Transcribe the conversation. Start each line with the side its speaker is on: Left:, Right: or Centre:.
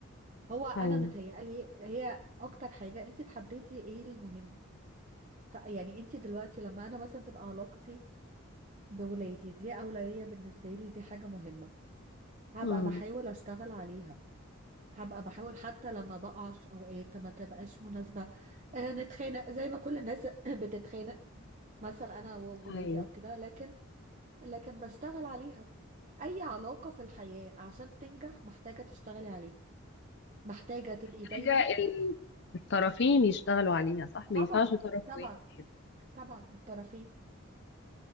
Right: هو أنا
Left: ايوه
Right: متهيألي هي أكتر حاجة أنت تحددي إيه المهم ف- يعني أنت دلوقتي لما أنا مثلا تبقى علاقتي بولادي دي أولوية بالنسبة لي دي حاجة مهمة هبقى
Left: مم.
Right: بحاول أشتغل عليها هبقى بحاول حتى لما بقع في أوقات ما تبقاش مناسبة آه، نتخانق زي ما كل الناس <coughs> <clears throat> بتتخانق مثلا أنا وولادي
Left: ايوه
Right: أو كده لكن لكن بشتغل عليها أي علاقة في الحياة عشان تنجح محتاجة تشتغلي عليها محتاجة تبقي دايما
Left: حاجة ال- الطرفين يشتغلوا عليها صح ما
Right: طبعا
Left: ينفعش طرف
Right: طبعا
Left: واحد
Right: طبعا الطرفين